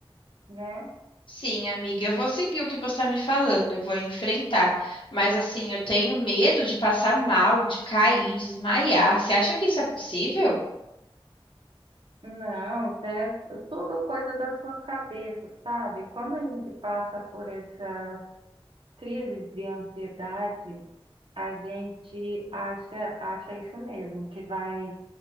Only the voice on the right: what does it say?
né?
Não, isso é tudo coisa da sua cabeça, sabe? Quando a gente passa por essa crise de ansiedade, a gente acha, acha isso mesmo, que vai